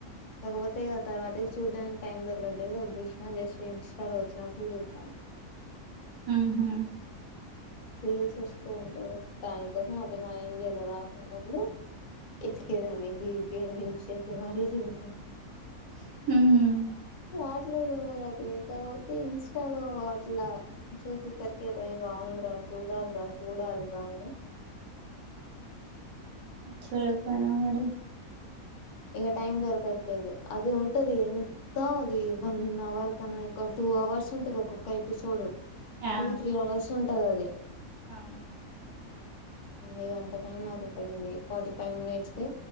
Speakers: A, on the left; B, on the right.
A: కాకపోతే తర్వాత చూడ్డానికి టైం దొరకట్లేదు వదిలేసిన జస్ట్ ఇన్స్టాలో వచ్చినప్పుడు చూస్తాను
B: ఉహు
A: రీల్స్ వస్తూ ఉంటాయి దానికోసం అదతే మా ఇండియాలో రాకుడాందు ఇచ్చకేదాన్ని బీపి యూస్ చేస్తే మరీ చూస
B: హ్మ్
A: రావట్లేదు మరి అది కాకపోతే ఇంస్టాలో అట్లా చూస సరికిేది రా బాగుందిరా చూడాలరా చూడాలరా అని
B: చూడకుపోనా మరి
A: ఇక టైం దొరకట్లేదు అది ఉంటది ఎంత అది వన్ అవర్ కన్నాక్కువ టూ అవర్స్ ఉంటది ఒక్కొక్క ఎపిసోడ్
B: ఆ
A: టూ త్రీ అవర్స్ ఉంట అ అదే
B: అవును
A: ఇక అంత టైం నాకు ఇక్కడ ఉంది ఫార్టీ ఫైవ్ మినిట్స్ కి